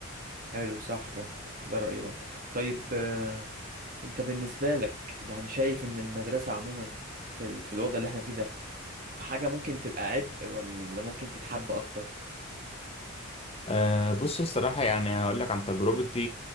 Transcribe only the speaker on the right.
حلو صح فاهم ده رأيي برضه طيب آه، انت بالنسبة لك يعني شايف ان المدرسة عموما في ال... في الوضع اللي احنا فيه ده حاجة ممكن تبقى عبء ولا ممكن تتحب اكتر